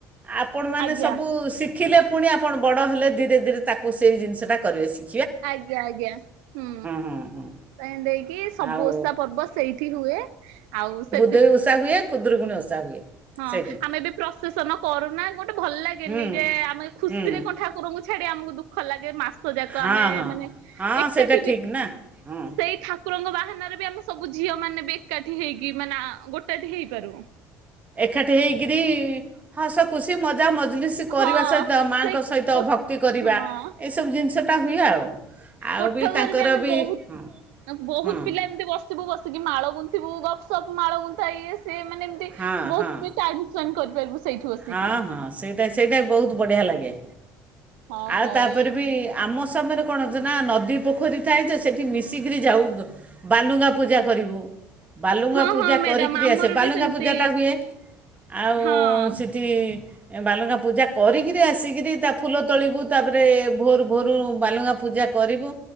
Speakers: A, on the right (about 20°); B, on the right (about 85°).
A: <inaudible> ଆପଣମାନେ
B: ଆଜ୍ଞା
A: ସବୁ ଶିଖିଲେ ପୁଣି ଆପଣ ବଡ ହେଲେ ଧୀରେ ଧୀରେ ତା ତାକୁ ସେଇ ଜିନିଷ ଟା କରିଆସି।
B: ଆଜ୍ଞା ଆଜ୍ଞା ହୁଁ
A: ହଁ ହଁ
B: ଏନ୍ତେ ହେଇକି ସବୁ
A: ଆଉ
B: ଓଷା ପର୍ବ ସେଇଠି ହୁଏ। ଆଉ ସେ
A: ଯୋଉ ଓଷା ହୁଏ ଖୁଦୁରୀକୁଣି ଓ ଜା ହୁଏ।
B: ହଁ
A: ସେଇଠି
B: ଆମେବି ପ୍ରଶେସନ କରୁନା ଗୋଟେ ଭଲ ଲାଗେନି
A: ହୁଁ
B: ଯେ ଆମେ ଖୁସିରେ
A: ହୁଁ
B: କଣ ଠାକୁରଙ୍କୁ <unintelligible> ଆମକୁ ଦୁଃଖ ଲାଗେ ମାସ ସଯାକ
A: ହଁ
B: ଆମେ
A: ହଁ
B: ମାନେ
A: ହଁ
B: ଏକାଠି
A: ସେଇଟା
B: ବି
A: ଠିକ୍ ନା ହଁ
B: ସେଇଠାକ କୁରଙ୍କ ବାହାନାରେ ବି ଆମେ ସବୁ ଝିଅ ମାନେ ବି ଏକାଠି ହେଇକି ମାନେ ଆ ଗୋଟ କାଠି ହେଇପାରୁନୁ।
A: ଖାଠି ହେଇକରି ହସ ଖୁସି ମଜା ମଜଲିସ କରିବା
B: ହଁ
A: ସହିତ ମାଆଙ୍କ
B: ସେ
A: ସହିତ
B: କୋ
A: ଭକ୍ତି କରିବା।
B: ହଁ
A: ଏସବୁ ଜିନ <unintelligible> ଶଟା ହୁଏ ଆଉ। ଆଉ
B: କୋଠ ଘରେ
A: ତାଙ୍କର
B: ବି ଆମେ ବହୁତ,
A: ହଁ
B: ବହୁତ
A: ହଁ
B: ପିଲା ଏମିତି ବସିବୁ ବସିକି ମାଳ ଗୁନ ଥିବୁ ଗପ୍ ସପ୍ ମାଳ ଗୁନ୍ଥା ଇଏସ। ସେ ମାନେ ଏମତି
A: ହଁ
B: ବହୁତ
A: ହଁ
B: ବି ଟାଇମ୍ ସ୍ପେଣ୍ଡ କରିପାରିବୁ। ସେଇଠି ବସିକି।
A: ହଁ ହଁ ସେଇଟା ସେଇଟା ବହୁତ ବଢ଼ିଆ ଲାଗେ।
B: ହଁ
A: ଆଉ
B: ହଉ
A: ତାପରେ ବି ଆମ ସମର ପଣଜ ନା ନଦୀ ପୋଖରୀ ଥାଇ ଯେ ସେଠି ମିଶିକିରି ଯାଉ ବାଲୁଙ୍ଗା ପୂଜା କରିବୁ। ବାଲୁଙ୍ଗା
B: ହଁ
A: ପୂଜା
B: ହଁ ମ୍ୟାଡାମ
A: କରିକିରି
B: ଆମର
A: ଆସେ ବାଲୁଙ୍ଗା
B: ବି ସେମିତି
A: ପୂଜାଟା ହୁଏ। ଆଉ
B: ହଁ
A: ସେଠି ବାଲୁଙ୍ଗା ପୂଜା କରିକିରି ଆସିକିରି ତା ଫୁଲ ତୋଳିବୁ ତାପରେ ଭୋରୁ ଭୋରୁ ବାଲୁଙ୍ଗା ପୂଜା କରିବୁ।